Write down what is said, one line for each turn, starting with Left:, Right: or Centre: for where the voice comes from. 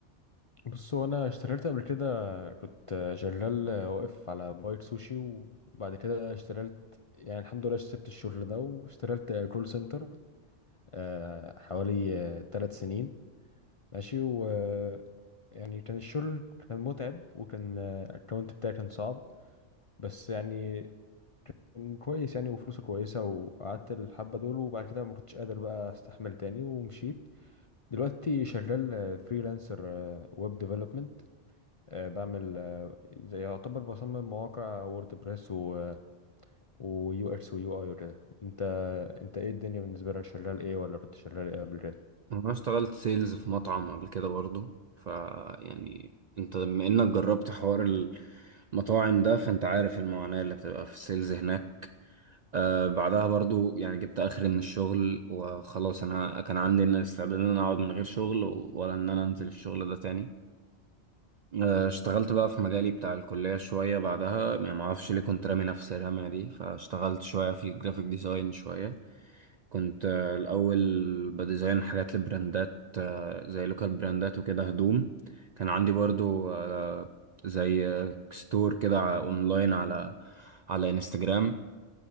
Left: بص هو انا اشتغلت قبل كده كنت شغال واقف على بايت سوشي وبعد كده اشتغلت يعني الحمد لله سبت الشغل ده واشتغلت كول سنتر آه، حوالي ثلاث سنين ماشي و يعني كان الشغل كان متعب وكان الاكونت بتاعي كان صعب بس يعني كان كويس يعني وفلوسه كويسة وقعدت الحبة دول وبعد كده ما كنتش قادر بقى استحمل تاني ومشيت دلوقتي شغال فريلانسر ويب ديفلوبمنت آه، بعمل آه، زي يعتبر بصمم مواقع ووردبريس و ويو اكس ويو اي وكده انت انت ايه الدنيا بالنسبه لك شغال ايه ولا كنت شغال ايه قبل كده
Right: انا اشتغلت سيلز في مطعم قبل كده برضو ف يعني انت بما انك جربت حوار المطاعم ده فانت عارف المعاناة اللي بتبقى في السيلز هناك آه بعدها برضو يعني جبت اخري من الشغل وخلاص انا كان عندي إن استعداد ان انا اقعد من غير شغل و- ولا ان انا انزل الشغل ده تاني آه اشتغلت بقى في مجالي بتاع الكلية شوية بعدها يعني معرفش ليه كنت رامي نفسي الرمية دي فاشتغلت شوية في الجرافيك ديزاين شوية كنت آه الاول بديزاين حاجات لبراندات آه زي لوكال براندات وكده هدوم كان عندي برضو آه زي آه، ستور كده ع- اونلاين على على انستجرام